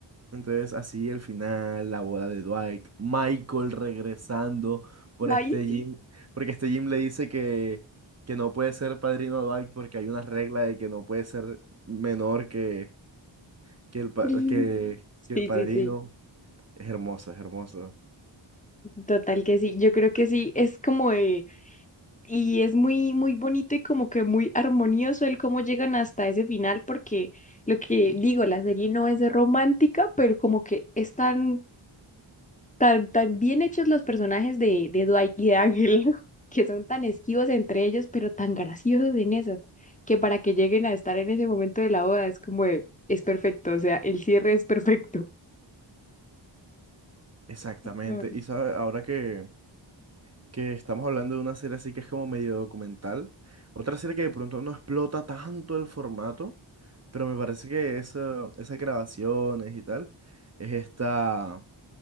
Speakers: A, on the right; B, on the left.
A: Entonces, así el final, la boda de Dwight, Michael regresando por
B: Ay,
A: este Jim,
B: sí.
A: porque este Jim le dice que, que no puede ser padrino de Dwight porque hay una regla de que no puede ser menor que, que el, pa-
B: <laughs>
A: que, que
B: Sí,
A: el padrino.
B: sí, sí.
A: Es hermosa, es hermosa.
B: Total que sí. Yo creo que sí, es como de y es muy, muy bonito y como que muy armonioso el cómo llegan hasta ese final, porque lo que digo, la serie no es romántica, pero como que están tan, tan bien hechos los personajes de, de Dwight y de Ángel, <laughs> que son tan esquivos entre ellos, pero tan graciosos en eso, que para que lleguen a estar en ese momento de la boda es como de, es perfecto, o sea, el cierre es perfecto.
A: Exactamente.
B: Mm,
A: Y sabe, ahora que, que estamos hablando de una serie así que es como medio documental, otra serie que de pronto no explota tanto el formato, pero me parece que eso, esas grabaciones y tal, es esta